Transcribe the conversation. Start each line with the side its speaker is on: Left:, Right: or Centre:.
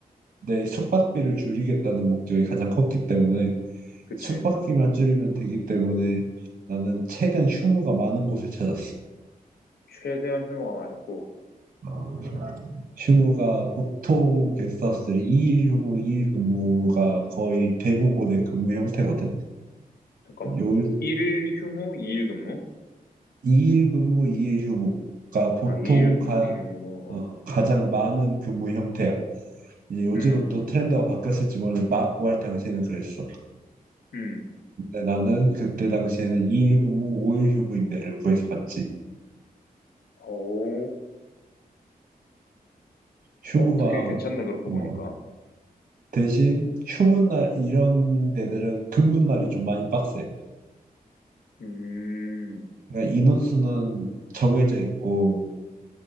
Right: 내 숙박비를 줄이겠다는 목적이 가장 컸기 때문에
Left: 그치?
Right: 숙박비만 줄이면 되기 때문에 나는 최대한 휴무가 많은 곳을 찾았어.
Left: 최대한 휴무가 많은 곳.
Right: 어, 휴무가 보통 게스트하우스들이 2일 휴무, 2일 근무가 거의 대부분의 근무 형태거든.
Left: 잠깐만.
Right: 요
Left: 1일 휴무, 2일 근무?
Right: 2일 근무, 2일 휴무가 보통
Left: 아, 2일
Right: 가,
Left: 근무, 1일 휴무,
Right: 어,
Left: 어.
Right: 가장 많은 근무 형태야. 이제 요즘은
Left: 음,
Right: 또 트렌드가 바뀌었을지 모르는데 막 구할 당시에는 그랬어.
Left: 음.
Right: 근데 나는 그때 당시에는 2일 근무, 5일 휴무 임대를 구해서 갔지.
Left: 오,
Right: 휴무가
Left: 어, 되게 괜찮네, 그렇게
Right: 어,
Left: 보니까.
Right: 대신 휴무 날 이런 데들은 근무 날이 좀 많이 빡세.
Left: 음,
Right: 그러니까 인원수는 정해져 있고